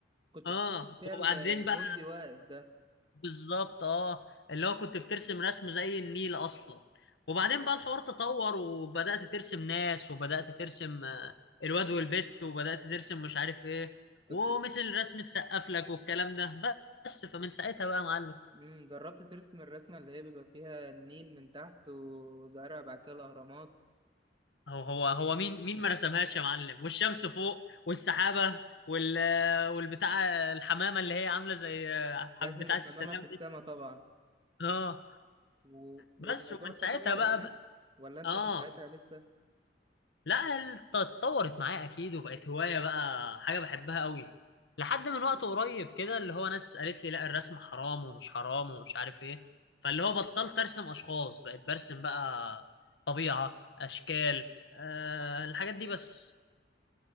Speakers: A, on the right; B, on the left.
A: كنت
B: اه
A: بترسم فيها
B: وبعدين
A: ال- الجندي
B: بقى
A: واقف ده
B: بالظبط اه اللي هو كنت بترسم رسم زي النيل اصلا وبعدين بقى الحوار تطور وبدأت ترسم ناس وبدأت ترسم آه، الواد والبت وبدأت ترسم مش عارف ايه
A: كنت
B: ومثل رسمة سقف لك والكلام ده بس فمن ساعتها بقى يا معلم
A: مم. جربت ترسم الرسمة اللي هي بيبقى فيها النيل من تحت وزهرة بعد كده الأهرامات
B: هو هو هو مين مين ما رسمهاش يا معلم والشمس فوق والسحابة وال والبتاع الحمامة اللي هي عاملة زي
A: لازم
B: حب- بتاعة
A: الحمامة
B: السلام
A: في السماء
B: دي
A: طبعا
B: اه
A: و... والموضوع
B: بس ومن
A: تطور
B: ساعتها بقى,
A: معاك
B: بقى
A: ولا انت
B: اه
A: من ساعتها لسه
B: لا الت- اتطورت معايا اكيد وبقت هواية بقى حاجة بحبها قوي لحد من وقت قريب كده اللي هو ناس قالت لي لا الرسم حرام ومش حرام ومش عارف ايه فاللي هو بطلت ارسم اشخاص بقيت برسم بقى طبيعة اشكال آه الحاجات دي بس